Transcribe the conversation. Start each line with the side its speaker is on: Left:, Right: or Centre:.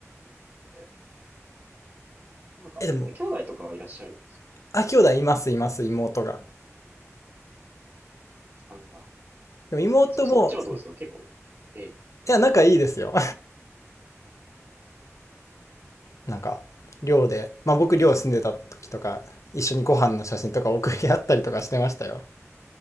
Right: 元気なんで。なんか、
Left: え、でも、
Right: え兄弟とかはいらっしゃるんですか
Left: あ、兄弟います、います、妹が。
Right: さんが。
Left: でも妹も、
Right: そ、そっちはどうですか結構。ええ。
Left: いや、仲いいですよ。なんか、寮で、まあ僕寮住んでた時とか、一緒にご飯の写真とか送り合ったりとかしてましたよ。